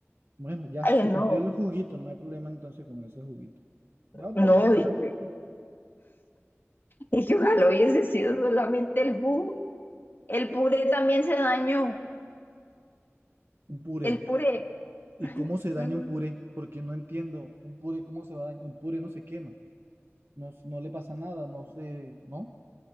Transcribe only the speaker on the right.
Bueno, ya
se
perdió el juguito, no hay problema entonces con ese juguito. Ya otro
día será
un puré.
¿Y cómo se daña
un puré? Porque no entiendo. ¿Un puré cómo se va a dañar? Un puré no se quema. No, s- no le pasa nada. No sé. ¿No?